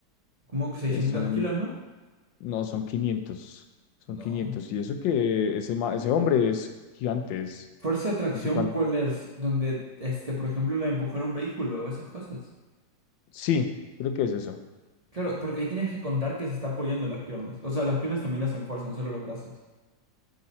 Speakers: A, on the right; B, on the left.
A: ¿Cómo que 600
B: Eh, son,
A: kilos, no?
B: no, son 500. Son
A: No.
B: 500. Y eso que ese, ma- ese hombre es gigante, es,
A: ¿Fuerza de tracción
B: no sé cuánto.
A: cuál es? Donde, este, por ejemplo, la de empujar un vehículo o esas cosas.
B: Sí, creo que es eso.
A: Claro, porque ahí tienes que contar que se está apoyando las piernas. O sea, las piernas también las enfuerzan, no solo los brazos.